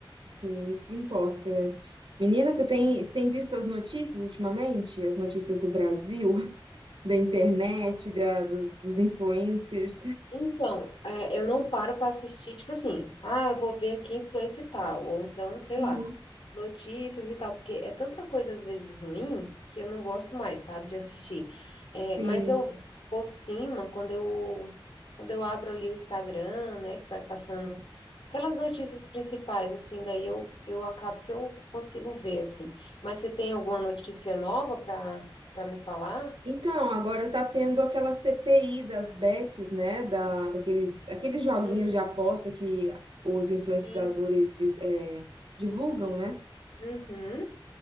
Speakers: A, on the right; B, on the left.
A: Sim, isso que importa, né? Menina, você tem, você tem visto as notícias ultimamente? As notícias do Brasil, <laughs> da internet, da- dos, dos influencers?
B: Então, é, eu não paro para assistir, tipo assim, ah, eu vou ver aqui influência e tal, ou então, sei
A: Uhum.
B: lá, notícias e tal, porque é tanta coisa às vezes ruim que eu não gosto mais, sabe, de assistir. É,
A: Sim.
B: mas eu vejo por cima, quando eu, quando eu abro ali o Instagram, né, que vai passando aquelas notícias principais, assim, daí eu, eu acabo que eu consigo ver, assim. Mas você tem alguma notícia nova para para me falar?
A: Então, agora tá tendo aquela CPI das bets, né? Da, daqueles, aqueles joguinhos
B: Hum,
A: de aposta que os influenciadores
B: sim.
A: diz- é, divulgam, né?
B: Uhum.